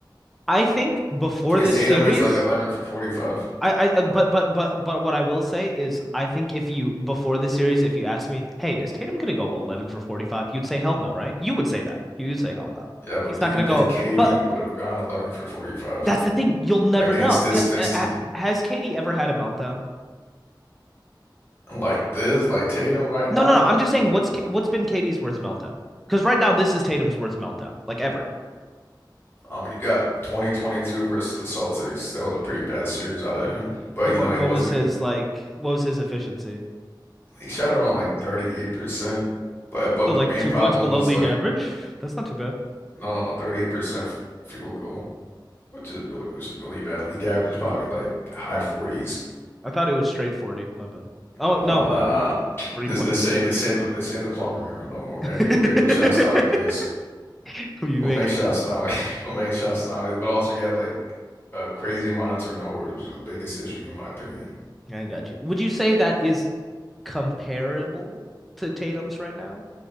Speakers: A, in the centre; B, on the left.
A: I think before
B: Because
A: this
B: Tatum
A: series,
B: is like 11 for 45.
A: I, I uh, but but but but what I will say is I think if you before this series, if you asked me, hey, is Tatum gonna go 11 for 45? You'd say hell no, right? You would say that. You would say hell no.
B: Yeah, but
A: He's
B: do
A: not
B: you
A: gonna
B: think
A: go.
B: KD
A: But
B: would have gone 11 for 45
A: that's the thing. You'll never
B: against
A: know
B: this
A: because
B: Knicks
A: uh,
B: team?
A: has Katie ever had a meltdown?
B: Like this, like Tatum right
A: No,
B: now?
A: no, no. I'm just
B: No.
A: saying what's what's been Katie's worst meltdown? Because right now this is Tatum's worst meltdown, like ever.
B: I mean, you got 2022 versus the Celtics. That was a pretty bad series out of him. But,
A: What
B: you know, it
A: what
B: wasn't,
A: was his like? What was his efficiency?
B: he shot around like 38%. But but
A: So like
B: the main
A: two
B: problem
A: points below
B: was
A: league
B: like,
A: average. That's not too bad.
B: no, no, no, 38% f- field goal, which is really, which is really bad. League average is probably like high 40s.
A: I thought it was straight 40. My bad. Oh,
B: No,
A: no,
B: no,
A: uh,
B: no. <laughs>
A: three
B: It's
A: point
B: the
A: is
B: same,
A: 40.
B: the same, the same, the plumber era no more, man.
A: <laughs>
B: People can make shots nowadays.
A: you
B: We'll
A: make
B: make
A: it
B: shots
A: shots.
B: now. <laughs> We'll make shots now. But also, you had like a crazy amount of turnovers, which was the biggest issue in my opinion.
A: I got you. Would you say that is comparable to Tatum's right now?